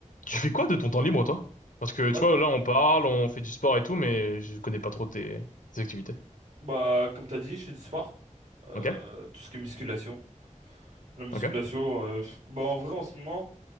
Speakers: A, on the left; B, on the right.
A: Tu fais quoi de ton temps libre, toi? Parce que,
B: Moi,
A: tu vois,
B: de mo-
A: là, on parle, on fait du sport et tout, mais je connais pas trop tes, tes activités.
B: bah, comme t'as dit, je fais du sport. Euh,
A: Ok?
B: tout ce qui est musculation. La musculation,
A: Ok?
B: euh, pff, bah, en vrai, en ce moment,